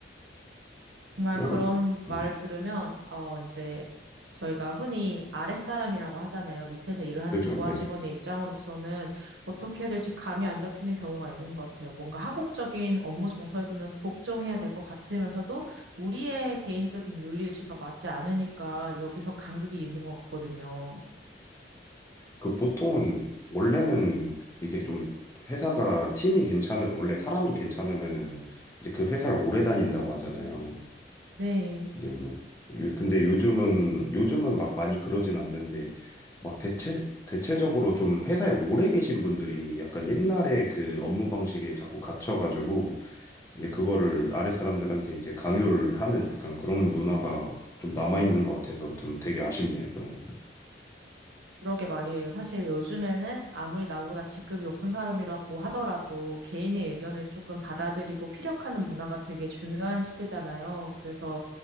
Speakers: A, on the right; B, on the left.
A: 정말
B: 그래가
A: 그런
B: 뭐
A: 말을 들으면 어 이제 저희가 흔히 아랫사람이라고 하잖아요. 밑에서 일을 하는
B: 그죠,
A: 부하
B: 네.
A: 직원의 입장으로서는 어떻게 해야 될지 감이 안 잡히는 경우가 있는 것 같아요. 뭔가 한국적인 업무 정서에서는 복종해야 될 것 같으면서도 우리의 개인적인 윤리 의식과 맞지 않으니까 여기서 간극이 있는 것 같거든요.
B: 그 보통은 원래는 이게 좀 회사가 팀이 괜찮은 원래 사람이 괜찮으면은 이제 그 회사를 오래 다닌다고 하잖아요.
A: 네.
B: 이제 뭐 요- 근데 요즘은 요즘은 막 많이 그러진 않는데 막 대체 대체적으로 좀 회사에 오래 계신 분들이 약간 옛날에 그 업무 방식에 자꾸 갇혀가지고 이제 그거를 아랫 사람들한테 이제 강요를 하는 약간 그런 문화가 좀 남아 있는 것 같아서 좀 되게 아쉽네요 그런 거.
A: 그러게 말이에요. 사실 요즘에는 아무리 나보다 직급이 높은 사람이라고 하더라도 개인의 의견을 조금 받아들이고 피력하는 문화가 되게 중요한 시대잖아요. 그래서